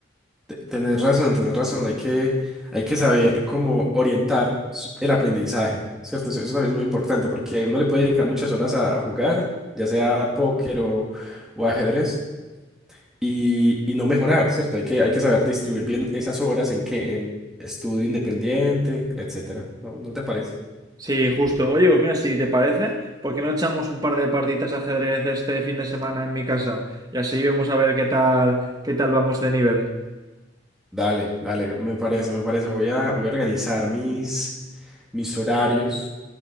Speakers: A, in the centre; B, on the right.
A: Te- Tenés razón, tenés razón. Hay que, hay que saber cómo orientar s- el aprendizaje, ¿cierto? Eso, eso también es muy importante porque uno le puede dedicar muchas horas a, a jugar, ya sea póker o, o ajedrez, y, y no mejorar, ¿cierto? Hay que, hay que saber distribuir bien esas horas en qué, en estudio independiente, etcétera. ¿No, no te parece?
B: Sí, justo. Oye, pues mira, si te parece, ¿por qué no echamos un par de partiditas de ajedrez este fin de semana en mi casa? Y así vemos a ver qué tal, qué tal vamos de nivel.
A: Dale, dale, me parece, me parece. Voy a, voy a organizar mis, mis horarios